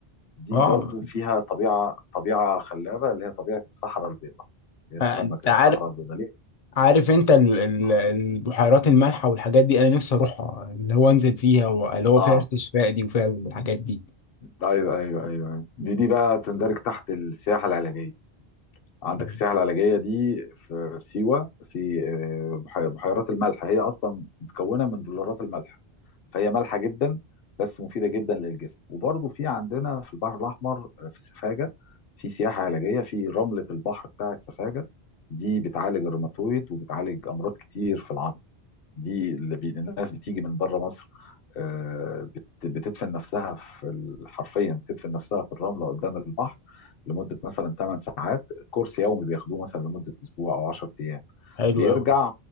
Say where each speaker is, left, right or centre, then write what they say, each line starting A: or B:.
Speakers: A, on the left (about 65°); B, on the left (about 45°).
A: دي
B: اه
A: برضو فيها طبيعه طبيعه خلابه اللي هي طبيعه الصحراء البيضاء هي بتسمى
B: آه، انت
A: كده
B: عارف
A: الصحراء البيضاء ليه؟
B: عارف انت ال- ال-
A: اه
B: البحيرات المالحه والحاجات دي انا نفسي اروحها اللي هو انزل فيها واللي هو
A: آه.
B: فيها استشفاء دي وفيها الحاجات دي
A: ايوه ايوه ايوه أيوة. دي دي بقى تندرج تحت السياحه العلاجيه عندك
B: أيوة.
A: السياحه العلاجيه دي في سيوه في آه، بح- بحيرات الملح هي اصلا متكونه من بلورات الملح فهي مالحه جدا بس مفيده جدا للجسم وبرضه في عندنا في البحر الاحمر آه، في سفاجه في سياحه علاجيه في رمله البحر بتاعه سفاجه دي بتعالج الروماتويد وبتعالج امراض كتير في العظم دي اللي بي... الناس بتيجي من بره مصر آه، بت- بتدفن نفسها في ال- حرفيا بتدفن نفسها في الرمله قدام البحر لمده مثلا 8 ساعات كورس يومي بياخدوه مثلا لمده اسبوع او 10 ايام
B: حلو
A: بيرجع
B: أوي